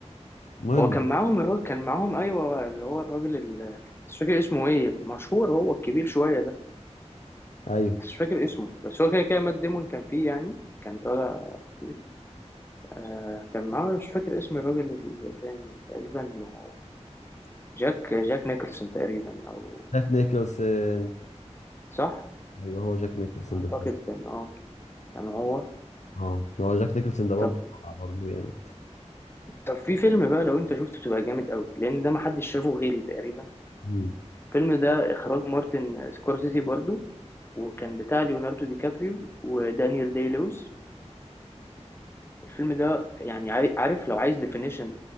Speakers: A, on the left (about 80°); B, on the left (about 20°).
A: المهم
B: هو كان معاهم الراجل كان معاهم ايوه اللي هو الراجل ال- مش فاكر اسمه ايه مشهور هو الكبير شوية ده
A: ايوه
B: مش فاكر اسمه بس هو كده كده مات ديمون كان فيه يعني كان طالع فيه آه كان معاه مش فاكر اسم الراجل التاني تقريبا آه، جاك جاك نيكلسون تقريبا او
A: جاك نيكلسون
B: صح
A: ايوه هو جاك نيكلسون
B: اعتقد
A: ده
B: كان اه كان هو
A: اه هو جاك نيكلسون ده برضو
B: طب
A: برضو جامد
B: طب في فيلم بقى لو انت شفته تبقى جامد قوي لان ده محدش شافه غيري تقريبا
A: مم.
B: الفيلم ده اخراج مارتن سكورسيزي برضو وكان بتاع ليوناردو دي كابريو ودانيال داي لويس الفيلم ده يعني عاي- عارف لو عايز ديفينيشن